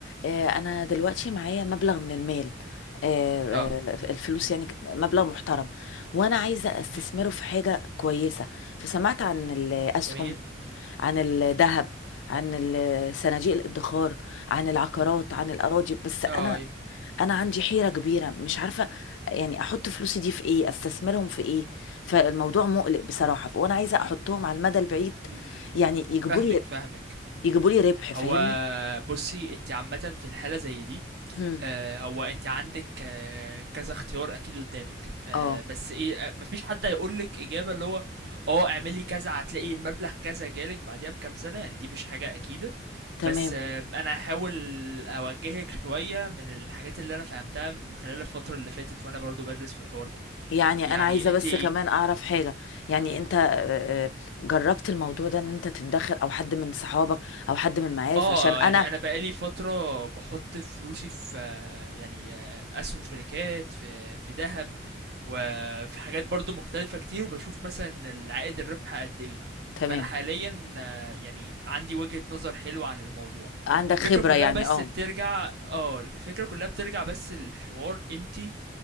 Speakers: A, on the left; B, on the right.
A: آه، انا دلوقتي معايا مبلغ من المال آه،
B: آه،
A: آه، الفلوس يعني ك- مبلغ محترم وانا عايزه استثمره
B: إمم،
A: في حاجه كويسه فسمعت عن الاسهم
B: جميل،
A: عن الذهب عن ال- صناديق الادخار عن العقارات عن الاراضي بس انا
B: آه، أيوه،
A: انا عندي حيره كبيره مش عارفه يعني احط فلوسي دي في ايه استثمرهم في ايه فالموضوع مقلق بصراحه وانا عايزه احطهم على المدى البعيد
B: إمم،
A: يعني يجيبوا
B: فاهمِك،
A: لي
B: فاهمِك.
A: يجيبوا لي ربح
B: هو
A: فاهمني
B: بُصّي، أنتِ عامةً في الحالة زي دي،
A: هم.
B: آآ، هو أنتِ عندِك آه، كذا اختيار أكيد قدّامِك، فبس
A: اه
B: إيه، أ ما فيش حد هيقول لِك إجابة اللي هو آه، اعملي كذا هتلاقي المبلغ كذا جالِك بعديها بكام سنة، يعني دي مش حاجة أكيدة، بس
A: تمام
B: آه، أنا هاحاول أوجّهِك شوية من الحاجات اللي أنا فهمتها من خلال الفترة اللي فاتت وأنا برضه بادرس في الحوار ده.
A: يعني
B: يعني
A: انا عايزه
B: أنتِ
A: بس كمان اعرف حاجه يعني
B: إمم.
A: انت آه، آه، جربت الموضوع ده ان انت تتدخل او حد من صحابك او حد من المعارف
B: اه
A: عشان انا
B: يعني انا بقالي فتره بحط فلوسي في آه، يعني آه، اسهم شركات في في ذهب وفي حاجات برضو مختلفه كتير وبشوف مثلا العائد الربح قد ايه
A: تمام
B: فانا حاليا آه، يعني عندي وجهه نظر حلوه عن الموضوع
A: عندك
B: الفكره
A: خبره
B: كلها
A: يعني
B: بس
A: اه
B: بترجع اه الفكره كلها بترجع بس الحوار انتي